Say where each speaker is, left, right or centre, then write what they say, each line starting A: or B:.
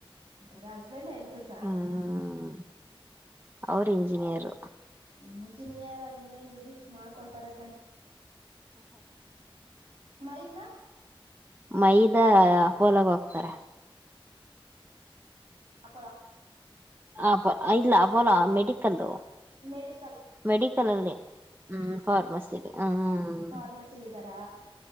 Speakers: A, on the right; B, on the right.
A: ರ ಹಸ್ಬಂಡ್ ಎನ ಕೆಸ
B: ಹ್ಮ್ ಅವರು ಇಂಜಿನಿಯರ್
A: ಇಂಜಿನಿಯರ್ ಇನ್ನೇನ್ ಬಿಡಿ ಮಾಡ್ಕೊಳ್ತಾರಕ್ಕನ ಮೈದ್ನ
B: ಮೈದ ಪೋಲಾಗ ಹೋಗ್ತಾರೆ
A: ಅಪರ
B: ಹ ಇಲ್ಲಬಲಾ ಮೆಡಿಕಲ್
A: ಮೆಡಿ
B: ಮೆಡಿಕಲ್ ಅಲ್ಲಿ ಹ್ಮ್ ಫಾರ್ಮಸಿಲಿ ಹ್ಮ್
A: ಫಾರ್ಮಸಿಲಿ ಇದ್ದಾರಾ